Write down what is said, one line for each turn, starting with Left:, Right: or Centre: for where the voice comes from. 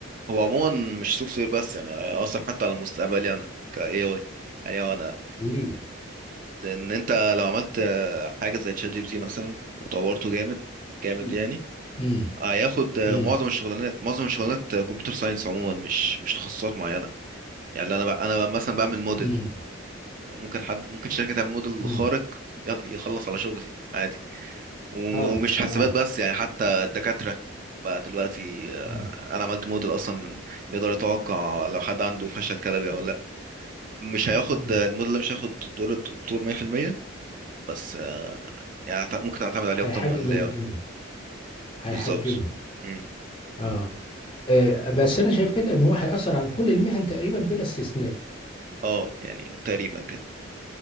Right: هو عموما مش سوفت وير بس يعني آه، اصلا حتى على مستقبلي انا ك AI يعني هو انا
Left: ليه
Right: لان انت لو عملت آه، حاجه زي تشات جي بي تي مثلا وطورته جامد جامد
Left: امم
Right: يعني
Left: امم
Right: هياخد آه،
Left: امم
Right: معظم الشغلانات معظم الشغلانات كمبيوتر ساينس عموما مش مش تخصصات معينه يعني انا بقى انا بقى مثلا بعمل موديل
Left: امم
Right: ممكن حد ممكن شركه تعمل موديل
Left: أمم.
Right: خارق ي- يخلص على شغلي عادي ومش
Left: اه
Right: حاسبات
Left: اه
Right: بس يعني حتى الدكاترة بقى دلوقتي آه،
Left: أمم.
Right: انا عملت موديل اصلا من- يقدر يتوقع لو حد عنده فشل كلوي او لا مش هياخد
Left: أمم.
Right: آه، الموديل ده مش هياخد دور الدكتور 100% بس آه، يعني هت- ممكن تعتمد عليه
Left: هيحجب
Right: اكتر من الاي
Left: من
Right: اي
Left: دوره هيحجبه
Right: بالظبط مم.
Left: اه آه، بس انا شايف كده ان هو هيأثر على كل المهن تقريبا بلا استثناء
Right: اه يعني تقريبا كده